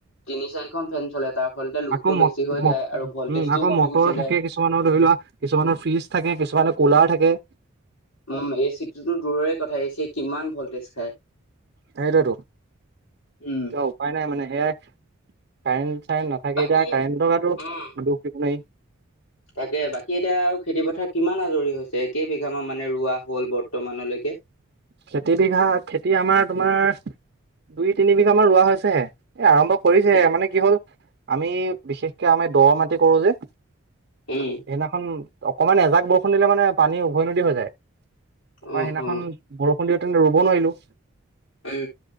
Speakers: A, on the left; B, on the right.
A: তিনি চাৰিখন ফেন চলে তাৰ ফলতে লোডটো
B: আকৌ ম
A: বেছি হৈ
B: উম
A: যায় আৰু ভল্টেজটোও
B: আকৌ
A: কমি
B: মটৰ
A: গুচি যায়।
B: থাকে কিছুমানৰ ধৰি কিছুমানৰ ফ্ৰিজ থাকে কিছুমানৰ কুলাৰ থাকে
A: উম এ চিটোতো দূৰৰে কথাছে কিমান ভল্টেজ খায়
B: সেইটোতো
A: উম
B: এতিয়া উপায় নাই মানে সেয়াই কাৰেণ কাৰেন্ট নাথাকেই
A: বাকী
B: এতিয়া কাৰেণ্ট গাতো
A: উম
B: দুখ দিব নোৱাৰি।
A: তাকে বাকী এতিয়া আৰু খেতি পথাৰ কিমান আজৰি হৈছে কেইবিঘামান মানে ৰোৱা হল বৰ্তমানলৈকে
B: খেতি বিঘা খেতি আমাৰ তোমাৰ দুই তিনি বিঘা মান ৰোৱা হৈছেহে এ আৰম্ভ কৰিছে
A: ঠিক
B: মানে কি হল আমি বিশেষকে আমি দ মাটি কৰো যে সেইদিনাখন
A: উম
B: অকমান এজাক বৰষুণ দিলে মানে পানী উভৈনদী হৈ যায়। তাৰপৰা
A: অ
B: সেইদিনাখন
A: অ
B: বৰষুণ দিও তেনে ৰুব নোৱাৰিলো।
A: উম